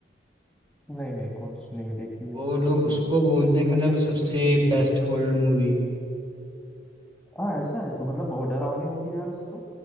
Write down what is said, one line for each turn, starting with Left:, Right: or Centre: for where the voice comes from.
Centre: नहीं नहीं कौन सी नहीं देखी है
Right: वो लोग उसको बोलते हैं
Centre: तो
Right: कि मतलब
Centre: क्या
Right: सबसे बेस्ट हॉरर मूवी
Centre: हाँ ऐसा है तो मतलब बहुत डरावनी होगी यार उसको